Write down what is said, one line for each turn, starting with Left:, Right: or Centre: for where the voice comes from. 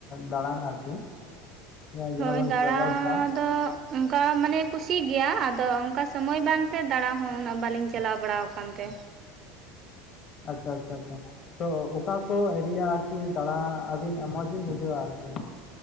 Left: ᱫᱟᱬᱟᱱ ᱟᱨᱠᱤ᱾ ᱡᱟᱦᱟᱸ ᱡᱟᱦᱟᱸ
Right: ᱦᱳᱭ
Left: ᱵᱚᱱ
Right: ᱫᱟᱬᱟ
Left: ᱴᱨᱟᱵᱷᱮᱞᱥᱟ
Right: ᱫᱚ ᱚᱱᱠᱟ ᱢᱟᱱᱮ ᱠᱩᱥᱤᱜ ᱜᱮᱭᱟ ᱟᱫᱚ ᱚᱱᱠᱟ ᱥᱚᱢᱚᱭ ᱵᱟᱝᱛᱮ ᱫᱟᱬᱟ ᱦᱚᱸ ᱩᱱᱟᱹᱜ ᱵᱟᱞᱤᱧ ᱪᱟᱞᱟᱣ ᱵᱟᱲᱟᱣ ᱠᱟᱱ ᱛᱮ᱾
Left: ᱟᱪᱪᱷᱟ ᱟᱪᱪᱷᱟ ᱟᱪᱷᱟ᱾ ᱛᱚ ᱚᱠᱟ ᱠᱚ ᱮᱨᱤᱭᱟ ᱟᱨᱠᱤ ᱫᱟᱬᱟ ᱟᱹᱵᱤᱱ ᱢᱚᱸᱡᱽ ᱵᱤᱱ ᱵᱩᱡᱷᱟᱹᱣᱟ ᱟᱨᱠᱤ?